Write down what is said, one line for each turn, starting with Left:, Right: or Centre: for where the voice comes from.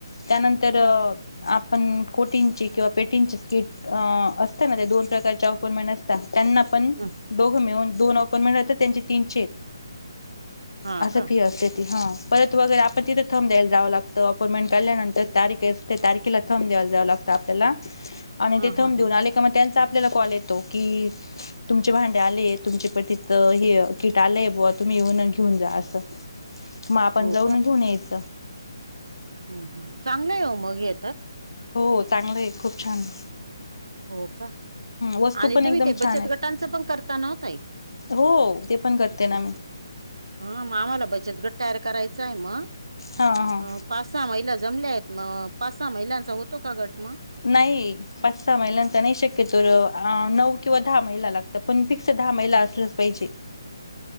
Left: त्यानंतर अ.... आपन कोटींची किंवा पेटींची स्किट अ असतं ना, त्या दोन प्रकारच्या अपोयमेंट तास, त्त्यांना पन
Right: हम्म.
Left: दोघं मिळून दोन अपॉइंमेट राहतात त्यांचे तीनचे.
Right: हा
Left: असं
Right: का
Left: फी असते ती. हं. परत वगैरे आपन तिथं थंब द्यायल जाव लागत. अपॉइंटमेंट काढल्यानंतर तारीखे अस तारखेला थंब द्यायला जावं लागतं आपल्याला आणि
Right: हा
Left: ते थंब
Right: हा
Left: देऊन
Right: हा
Left: आले का म त्यांचा आपल्याला कॉल येतो की तुमचे भांडे आलेत. तुमच्या पतीचं हे अ कीट आलंय बुवा. तुम्ही येऊन घिऊन जा हे असं म आपण
Right: हो
Left: जावून घिऊन यायच.
Right: हं हं, चांगलंय हो मग हे तर.
Left: हो चांगलंय, खूप छानये.
Right: हो का?
Left: वस्तू
Right: आनि
Left: पण
Right: तुम्ही
Left: एकदम
Right: ते
Left: छान
Right: बचत
Left: आहेत
Right: गटांचं पन करता न ओ ताई?
Left: हो. ते पण करते ना मी.
Right: हं. म आम्हाला बचतगट तयार करायचा आहे म--अ
Left: हा हा
Right: पाच-सहा महिला जमल्या आहेत म, पाच-सहा महिलांचा होतो का गट म?
Left: नाही. पाच-सहा महिलांचा नाही शक्यतोर अ नऊ किंवा दहा महिला लागतात. पन फिकस् दहा महिला असल्याच पाहिजे.
Right: <inaudible>